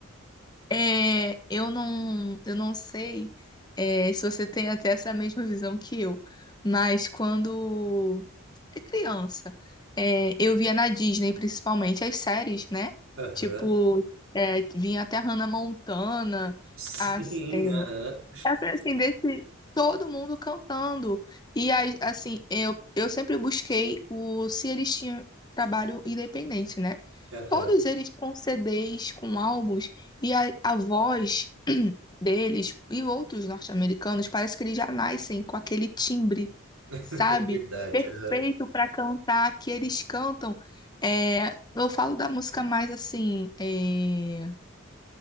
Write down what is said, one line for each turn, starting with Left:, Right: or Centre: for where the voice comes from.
Left: É, eu não, eu não sei, é, se você tem até essa mesma visão que eu, mas quando é criança, é, eu via na Disney, principalmente, as séries, né?
Right: Aham.
Left: Tipo, é, vinha até Hannah Montana,
Right: Sim,
Left: as, é,
Right: aham.
Left: essa Assim, desse, todo mundo cantando. E aí, assim, eu, eu sempre busquei o se eles tinham trabalho independente, né?
Right: Aham.
Left: Todos eles com CDs, com álbuns, e a, a voz <clears throat> deles e outros norte-americanos, parece que eles já nascem com aquele timbre,
Right: <laughs>
Left: sabe?
Right: É verdade.
Left: Perfeito
Right: Aham.
Left: para cantar, que eles cantam. É, eu falo da música mais assim. é,